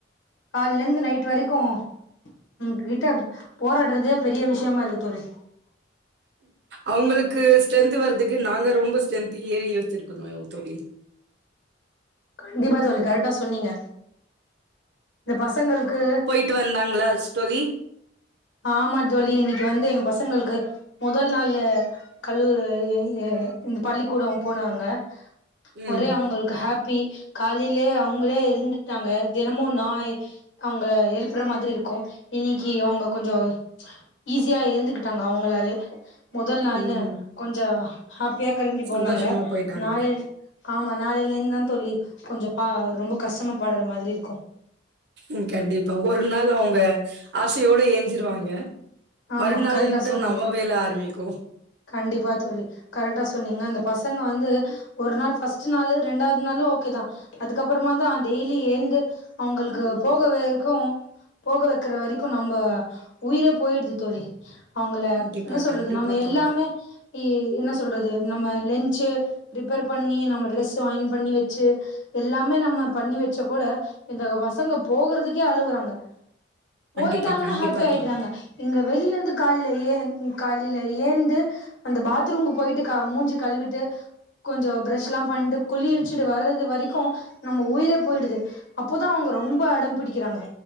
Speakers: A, on the left; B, on the right.
A: கால்ல இருந்து நைட் வரைக்கு இவுங்கிட்ட போராடுறதே பெரிய விஷயமா இருக்கு தோழி
B: அவங்களுக்கு ஸ்ட்ரென்த் வரதுக்கு நாங்க ரொம்ப ஸ்ட்ரென்து ஏ யோச்சிருக்கணு தோழி
A: கண்டிப்பா தோழி கரெக்டா சொன்னீங்க இந்த பசங்களுக்கு
B: ட்டு வந்தாங்ளா ஸ் தோழி
A: ஆமா தோழி இன்னைக்கி வந்து எங்க பசங்களுக்கு மொதல் நாள் கல்லூ எ எ இந்த பள்ளிக்கூடம் போனாங்க
B: ம்
A: ஒரே அவுங்களுக்கு ஹேப்பி காலையிலயே அவுங்களே எழுந்து ட்டாங்க தினமு நா அவுங்கள எழுப்பற மாதிரி இருக்கு இன்னைக்கி அவுங்கக் கொஞ்சம் ஈஸியா எழுந்துகிட்டாங்க அவுங்களாலே மொதல் நாள்னு
B: ம்
A: கொஞ்ச ஹாப்பியா கெளம்பி போனாங்க
B: சந்தோஷமா போயிட்டாங்க.
A: நாளைள ஆமா நாளையிலந்து தா தோழி கொஞ்ச பா ரொம்ப கஷ்டமாப்பாடுற மாதிரி இருக்கு
B: ம் கண்டிப்பா ஒரு நாள் அவுங்க ஆசையோட ஏஞ்சிருவாங்க
A: ஆமா
B: மறுநாள்லிந்து
A: கரெக்டா
B: தா
A: சொன்னீங்க
B: நம்ம வேல ஆரம்பிக்கு
A: கண்டிப்பா தோழி கரெக்டா சொன்னீங்க இந்த பசங்க வந்து ஒரு நாள் ஃபர்ஸ்ட் நாள் ரெண்டாவது நாளு ஓகே தா அதுக்கப்பறமாதா டெய்லி ஏந்து அவங்களுக்கு போகவேர்க்கு போக வைக்கிற வரைக்கு நம்ம உயிரே போயிடுது தோழி அவுங்கள
B: கண்டிப்பா
A: என்ன சொல்றது
B: கண்டிப்பா
A: நம்ம எல்லாமே
B: தோழி.
A: என்ன சொல்றது நம்ம லன்ச்சு ப்ரிப்பேர் பண்ணி நம்ம ட்ரெஸ்சு ஆயன் பண்ணி வச்சு எல்லாமே நம்ம பண்ணி வச்ச கூட இந்த பசங்க போகறதுக்கே அழுவுறாங்க
B: கண்டிப்பா
A: போயிட்டாங்கன்னா
B: கண்டிப்பா
A: ஹாப்பி ஆயிடுறாங்க
B: தோழி.
A: இங்க வெளில்ல இருந்து காலைல ஏந் காலைல ஏந்து அந்த பாத்ரூம்கு போயிட்டு மூஞ்சி கழிவிட்டு கொஞ்ச ப்ரஷ்ல்லா பண்ட்டு குளிச்சிட்டு வர்றது வரைக்கு நம்ம உயிரே போயிடுது அப்போதா அவுங்க ரொம்ப அடம் பிடிக்கிறாங்க